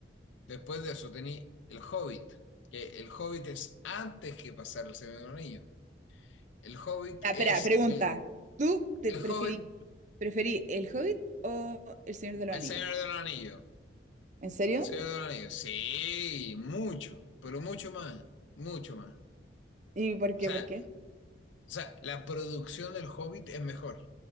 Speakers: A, on the left; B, on the right.
A: Después de eso tenía El Hobbit, que El Hobbit es antes que pasar El Señor de los Anillos. El Hobbit
B: Ah,
A: es
B: espera, pregunta.
A: el,
B: ¿Tú te
A: el
B: preferí,
A: Hobbit,
B: preferí El Hobbit o El Señor de los
A: el
B: Anillos?
A: Señor de los Anillos.
B: ¿En serio?
A: El Señor de los Anillos. Sí, mucho, pero mucho más, mucho más.
B: ¿Y por
A: O
B: qué?
A: sea,
B: ¿Por qué?
A: o sea, la producción del Hobbit es mejor,